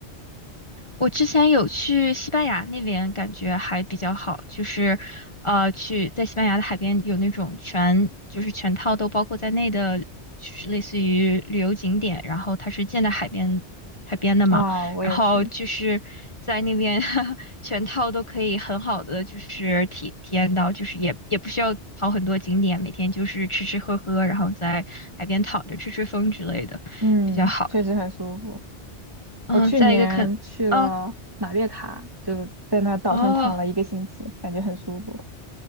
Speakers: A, on the left; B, on the right.
A: 我之前有去西班牙那边，感觉还比较好，就是呃，去在西班牙的海边有那种全就是全套都包括在内的，就是类似于旅游景点，然后它是建在海边海边的嘛，
B: 哦，我也是。
A: 然后就是在那边 <laughs> 全套都可以很好的就是体体验到，就是也也不需要跑很多景点，每天就是吃吃喝喝，然后在海边躺着吹吹风之类的，
B: 嗯，
A: 比较好。
B: 确实很舒服。
A: 嗯，
B: 我去年去了马略卡，
A: 再一个肯嗯，
B: 就在那岛上躺了一个星期，
A: 哦。
B: 感觉很舒服。